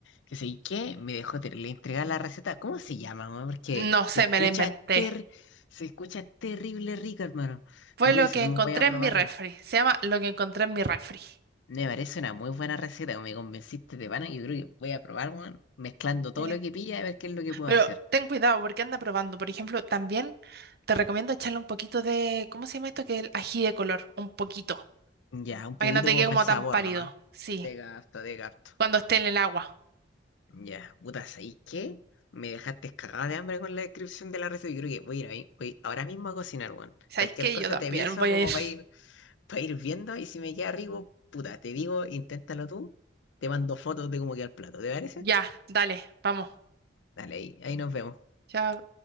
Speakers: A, on the left; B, on the right.
A: Que sé que me dejó ter- le entregaba la receta. ¿Cómo se llama, hermano? Porque
B: No
A: se
B: sé,
A: escucha
B: me lo inventé.
A: ter se escucha terrible rico, hermano.
B: Fue
A: Yo creo
B: lo
A: que eso
B: que
A: mismo
B: encontré
A: voy a probar,
B: en mi refri.
A: hermano.
B: Se llama lo que encontré en mi refri.
A: Me parece una muy buena receta, me convenciste de pana. Yo creo que voy a probar, hermano, mezclando todo
B: Sí.
A: lo que pilla a ver qué es lo que puedo
B: Pero
A: hacer.
B: ten cuidado porque anda probando. Por ejemplo, también te recomiendo echarle un poquito de, ¿cómo se llama esto? Que el ají de color, un poquito.
A: Ya, un
B: Para
A: poquito
B: que no te
A: como
B: quede
A: para
B: como
A: el sabor
B: tan pálido.
A: nomás.
B: Sí,
A: De gato, de gato.
B: cuando esté en el agua.
A: Ya, puta, ¿sabes qué? Me dejaste cagada de hambre con la descripción de la receta. Yo creo que voy a ir ahí, voy ahora mismo a cocinar, weón.
B: ¿Sabéis
A: Cualquier
B: qué?
A: cosa
B: Yo también
A: te aviso
B: voy
A: como
B: a ir. <laughs>
A: para ir para ir viendo y si me queda rico, puta, te digo, inténtalo tú, te mando fotos de cómo queda el plato, ¿te parece?
B: Ya, dale, vamos.
A: Dale, ahí, ahí nos vemos.
B: Chao.